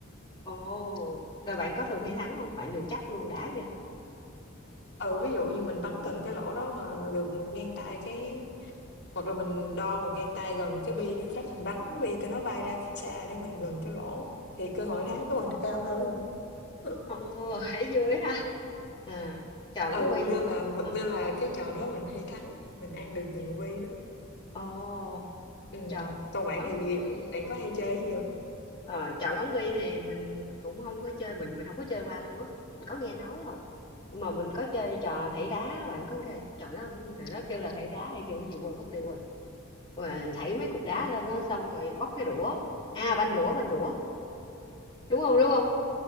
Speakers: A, on the left; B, on the left.
A: Ồ, rồi bạn có thường hay thắng không? Bạn đừng chắc luôn đã
B: Ừ, ví dụ như mình bắn gần cái lỗ đó mà được một gang tay cái Hoặc là mình đo một gang tay gần cái bi đó, khác mình bắn bi cho nó bay ra xa để mình gần cái lỗ thì cơ hội thắng của mình cao hơn. <laughs>
A: Ồ, thấy vui ha. À, trò
B: Ừ,
A: bắn bi
B: nên
A: thôi.
B: là
A: Ờ.
B: nên là cái trò đó mình hay thắng, mình ăn được nhiều bi đó.
A: Ồ,
B: Ừ,
A: chò
B: còn bạn
A: bắn
B: thì
A: bi.
B: bạn có hay chơi cái gì không?
A: Ờ, chò bắn bi thì mình cũng không có chơi, mình mình không có chơi qua luôn á. Mình có nghe nói thôi. Nhưng mà mình có chơi trò thảy đá, bạn có nghe trò đó không? Hồi đó kêu là thảy đá hay kêu gì quên mất tiêu rồi. Mà thảy mấy cục đá
B: Ừ.
A: lên á xong rồi bóc cái đũa. À banh đũa, banh đũa. Đúng không? Đúng không?